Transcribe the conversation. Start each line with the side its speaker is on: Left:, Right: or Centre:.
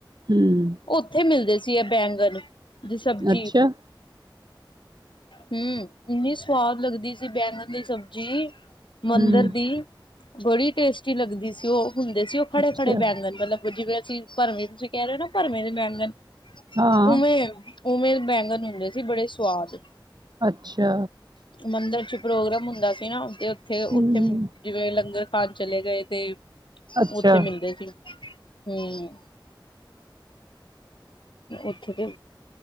Right: ਹੂੰ
Left: ਉੱਥੇ ਮਿਲਦੇ ਸੀ ਐ ਬੈਂਗਣ ਦੀ ਸਬਜ਼ੀ।
Right: ਅੱਛਾ
Left: ਹੂੰ ਇੰਨੀ ਸਵਾਦ ਲੱਗਦੀ ਸੀ ਬੈਂਗਣ ਦੀ ਸਬਜ਼ੀ
Right: ਹੂੰ
Left: ਮੰਦਰ ਦੀ, ਬੜੀ ਟੇਸਟੀ ਲੱਗਦੀ ਸੀ ਓ ਹੁੰਦੇ ਸੀ ਓ ਖੜੇ-ਖੜੇ
Right: ਅੱਛਾ
Left: ਬੈਂਗਣ ਮਤਲਬ ਜਿਵੇਂ ਅਸੀਂ ਭਰਮੇ ਤੁਸੀਂ ਕੈ ਰੇ ਓ ਨਾ ਭਰਮੇ ਜੇ ਬੈਂਗਨ
Right: ਹਾਂ
Left: ਉਵੇਂ, ਉਵੇਂ ਦੇ ਬੈਂਗਣ ਹੁੰਦੇ ਸੀ ਬੜੇ ਸਵਾਦ।
Right: ਅੱਛਾ।
Left: ਮੰਦਰ 'ਚ ਪ੍ਰੋਗਰਾਮ ਹੁੰਦਾ ਸੀ ਨਾ 'ਤੇ ਉੱਥੇ,
Right: ਹੂੰ
Left: ਉੱਥੇ ਜਿਵੇਂ ਲੰਗਰ ਖਾਨ ਚਲੇ ਗਏ 'ਤੇ
Right: ਅੱਛਾ
Left: ਉੱਥੇ ਮਿਲਦੇ ਸੀ, ਹੂੰ। ਉੱਥੇ ਤੇ